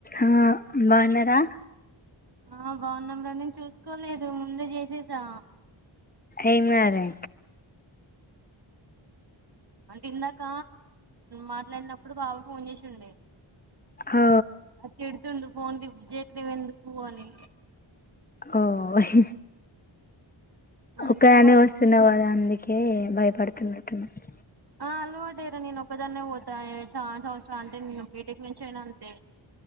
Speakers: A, on the left; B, on the right.
A: ఆ బావున్నారా
B: ఆ బాగున్నాంరా నేను చూసుకోలేదు ముందే చేసేసా
A: ఎం కదిలే
B: ఇందాక మాట్లాడినప్పుడు బావ పోన్ చేసిండే
A: ఓ
B: ఆది తిడుతుండు. ఫోన్ లిఫ్ట్ చేయవు ఎందుకు అని
A: ఓ హ్ హి
B: అందుకే
A: ఒకదానివే
B: బావతో
A: వస్తున్నావు కదా అందుకే భయపడుతున్నట్టు ఉన్నాడు.
B: ఆ అలవాటే రా నేను ఒక్కదాన్నే పోతా చాలా సంవత్సరాలు అంటే నేను బిటేక్ నుంచి అయినా అంతే